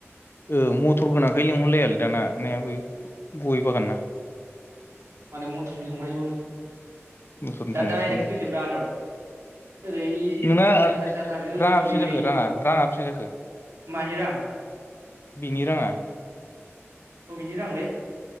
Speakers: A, on the left; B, on the right.
A: ओ मथर गोनांखाय लेंंहरलायालै दाना नायाबो गय बागानना
B: माने मथरजों थांबाय जनो
A: मथरजों
B: दा
A: थांबायसोमोन
B: डाइरेक्ट
A: आं
B: फैदोब्रा ओनद ओरै
A: नोंना
B: इन्टारेस्ट जाथारो
A: राङा
B: ओरै
A: बेसेबां
B: नै
A: जाखो राङा राङा बेसेबां जाखो
B: मानि रां
A: बिनि राङा
B: अबेनि रांलै